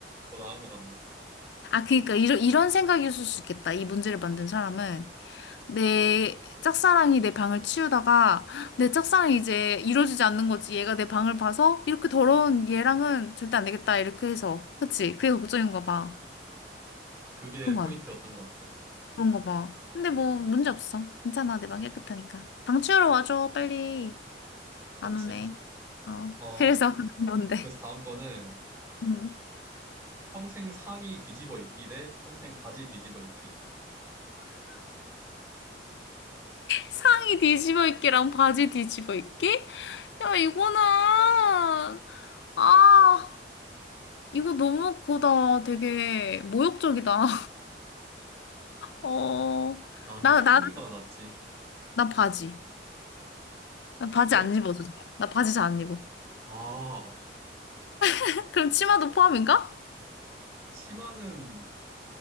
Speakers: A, on the right (about 15°); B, on the left (about 75°).
A: 더 나은 것 같네.
B: 아, 그러니까 이런, 이런 생각이었을 수 있겠다. 이 문제를 만든 사람은. 내 짝사랑이 내 방을 치우다가 내 짝사랑이 이제 이루어지지 않는 거지. 얘가 내 방을 봐서 이렇게 더러운 얘랑은 절대 안 되겠다. 이렇게 해서. 그치? 그게 걱정인가 봐.
A: 그게
B: 그런
A: 포인트였던
B: 거 아니야?
A: 것 같아.
B: 그런 거 봐. 근데 뭐 문제 없어. 괜찮아. 내 방 깨끗하니까. 방 치우러 와줘. 빨리.
A: 그렇지.
B: 안 오네. 어.
A: 어,
B: 그래서 <laughs> 뭔데?
A: 그래서 다음 거는
B: 음.
A: 평생 상의 뒤집어 입기 대 평생 바지 뒤집어 입기.
B: 상의 뒤집어 입기랑 바지 뒤집어 입기? 야, 이거는, 아, 이거 너무 그거다. 되게 모욕적이다. 어,
A: 나는
B: 나,
A: 상의가
B: 나,
A: 낫지.
B: 나 바지. 나 바지
A: 그래?
B: 안 입어서. 잘- 나 바지 잘 안 입어.
A: 아,
B: <laughs> 그럼 치마도 포함인가?
A: 치마는,